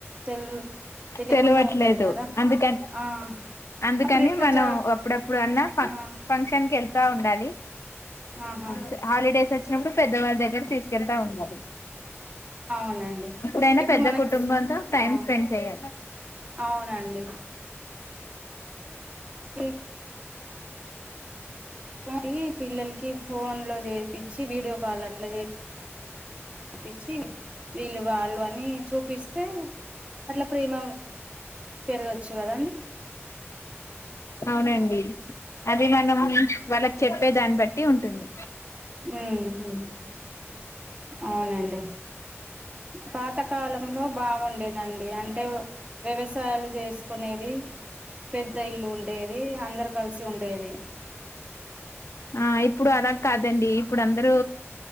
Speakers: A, on the right (about 25°); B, on the left (about 75°).
A: తెల్ తెలియకుండా
B: తెలవట్లేదు
A: ఉంటది కదా
B: అందుకని
A: ఆ
B: అందుకని
A: అప్పుడు ఎట్లా
B: మనం
A: జా
B: అప్పుడప్పుడు అన్నా ఫం
A: ఆ
B: ఫంక్షన్కి వెళ్తా ఉండాలి
A: ఆహా
B: స హాలిడేస్ వచ్చినప్పుడు పెద్దవాళవారి దగ్గర తీసుకెళ్తా ఉండాలి
A: అవునండి
B: అప్పుడైనా
A: ఇప్పుడు
B: పెద్ద
A: మనకి
B: కుటుంబంతో టైం
A: ఆ
B: స్పెండ్ చేయాలి
A: అవునండి ఎ ఒకటి పిల్లలకి ఫోన్ లో చేపిచ్చి వీడియో కాల్ అట్లా చే పించి వీళ్ళు వాళ్ళు అని చూపిస్తే అట్లా ప్రేమ పెరగచ్చు కదండి
B: అవునండి అది మనం
A: ఉమ్
B: వాళ్ళకు చెప్పే దాన్ని బట్టి ఉంటుంది
A: ఉహు అవునండి పాతకాలంలో బాగుండేది నండి అంటే వ్యవసాయాలు చేసుకునేది పెద్ద ఇల్లు ఉండేది అందరు కలిసి ఉండేది
B: ఆ ఇప్పుడు అలా కాదండి ఇప్పుడు అందరూ